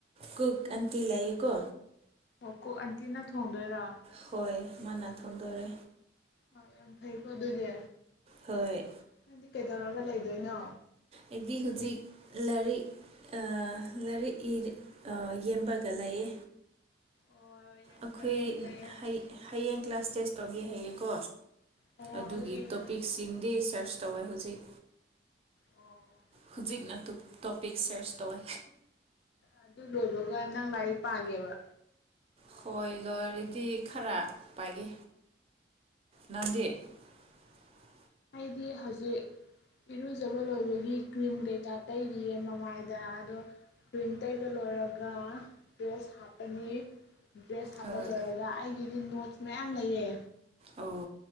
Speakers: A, on the right; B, on the left.
A: ꯀꯨꯛ ꯑꯟꯇꯤ ꯂꯩꯌꯦꯀꯣ
B: ꯑꯣ ꯀꯨꯛ ꯑꯟꯇꯤꯅ ꯊꯣꯡꯗꯣꯏꯔꯥ
A: ꯍꯣꯏ ꯃꯥꯅ ꯊꯣꯟꯗꯣꯔꯦ
B: ꯍꯣꯏ ꯌꯥꯝ ꯐꯩꯀꯣ ꯑꯗꯨꯗꯤ
A: ꯍꯣꯏ
B: ꯅꯪꯗꯤ ꯀꯩꯗꯧꯔꯒ ꯂꯩꯗꯣꯏꯅꯣ
A: ꯑꯩꯗꯤ ꯍꯨꯖꯤꯛ ꯂꯥꯏꯔꯤꯛ ꯑ ꯂꯥꯏꯔꯤꯛ ꯏꯔꯤ ꯑꯥ ꯌꯦꯝꯕꯒ ꯂꯩꯌꯦ
B: ꯑꯣ ꯌꯥꯝ
A: ꯑꯩꯈꯣꯏ
B: ꯐꯩꯌꯦ ꯌꯥꯝ ꯐꯩꯌꯦ
A: ꯍꯩ ꯍꯌꯦꯡ ꯀ꯭ꯂꯥꯁ ꯇꯦꯁ ꯇꯧꯒꯦ ꯍꯥꯏꯌꯦꯀꯣ
B: ꯑꯣ
A: ꯑꯗꯨꯒꯤ
B: ꯅꯪ
A: ꯇꯣꯄꯤꯛꯁꯤꯡꯗꯤ ꯁꯔꯁ ꯇꯧꯋꯦ ꯍꯧꯖꯤꯛ
B: ꯑꯣ
A: ꯍꯧꯖꯤꯛꯅ ꯇꯨ ꯇꯣꯄꯤꯛ ꯁꯔꯁ ꯇꯧꯋꯦ
B: ꯑꯗꯨ ꯂꯣꯏꯕꯒ ꯅꯪ ꯂꯥꯏꯔꯤꯛ ꯄꯥꯒꯦꯕ
A: ꯈꯣꯏ ꯂꯣꯏꯔꯗꯤ ꯈꯔ ꯄꯥꯏꯒꯦ ꯅꯪꯗꯤ <unintelligible>
B: ꯑꯩꯗꯤ ꯍꯧꯖꯤꯛ ꯏꯔꯨꯖꯕ ꯂꯣꯏꯕꯒꯤ ꯀ꯭ꯔꯤꯝ ꯀꯩꯀꯥ ꯇꯩꯔꯤꯌꯦ ꯃꯃꯥꯏꯗ ꯑꯗꯣ ꯀ꯭ꯔꯤꯝ ꯇꯩꯕ ꯂꯣꯏꯔꯒ ꯗ꯭ꯔꯦꯁ ꯍꯥꯞꯄꯅꯤ ꯗ꯭ꯔꯦꯁ ꯍꯥꯞꯄ
A: ꯍꯣꯏ
B: ꯂꯣꯏꯔꯒ ꯑꯩꯒꯤꯗꯤ ꯅꯣꯠꯁ ꯃꯌꯥꯝ ꯂꯩꯌꯦ
A: ꯑꯣ